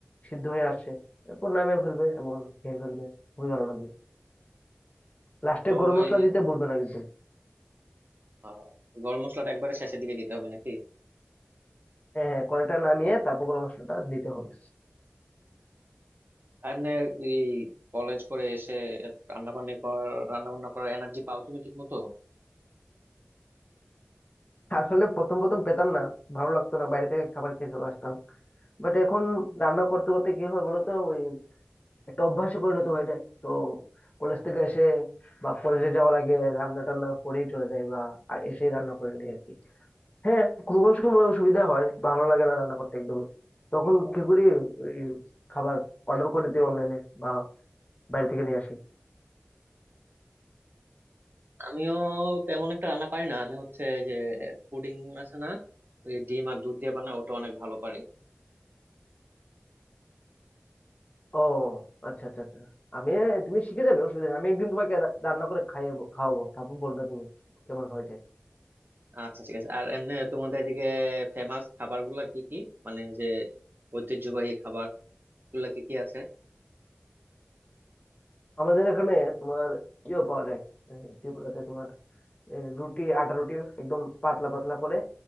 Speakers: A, on the left; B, on the right.
A: সিদ্ধ হয়ে আসছে এরপর নামিয়ে ফেলবে এবং খেয়ে ফেলবে খুবই ভালো লাগবে লাস্টে
B: তো
A: গরম
B: ওই
A: মশলা দিতে ভুলবে না কিন্তু
B: আহ, গরম মশলাটা একবারে শেষের দিকে দিতে হবে নাকি
A: হ্যাঁ হ্যাঁ কড়াইটা নামিয়ে তারপর গরম মশলাটা দিতে হবে
B: এমনি এই কলেজ করে এসে রান্না বান্না করার রান্না বান্না করার এনার্জি পাও তুমি ঠিক মতো
A: আসলে প্রথম প্রথম পেতাম না ভালো লাগতো না বাইরে থেকে খাবার খেয়ে চলে আসতাম বাট এখন রান্না করতে করতে কি হয় বলতো ওই একটা অভ্যাসে পরিণত হয়ে যায় তো কলেজ থেকে এসে বা কলেজে যাওয়ার আগে রান্না টান্না করেই চলে যায় বা আর এসেই রান্না করে নিই আর কি হ্যাঁ কোনো কোনো সময় অসুবিধা হয় ভালো লাগে না রান্না করতে একদমই তখন কি করি ওই খাবার অর্ডার করে দিই অনলাইনে বা বাইরে থেকে নিয়ে আসি
B: আমিও তেমন একটা রান্না পারি না আমি হচ্ছে যে পুডিং আছে না ওই ডিম আর দুধ দিয়ে বানায় ওটা অনেক ভালো পারি
A: ও আচ্ছা আচ্ছা আচ্ছা আমি তুমি শিখে যাবে অসুবিধা নেই আমি একদিন তোমাকে রা- রান্না করে খাইয়ে খাওয়াবো তারপর বলবে তুমি কেমন হয়েছে
B: আচ্ছা ঠিক আছে আর এমনি তোমাদের এদিকে ফেমাস খাবার গুলা কি কি মানে যে ঐতিহ্যবাহী খাবার গুলা কি কি আছে
A: আমাদের এখানে তোমার ইয়েও পাওয়া যায় এ, ত্রিপুরাতে তোমার এ, রুটি আটা রুটি একদম পাতলা পাতলা করে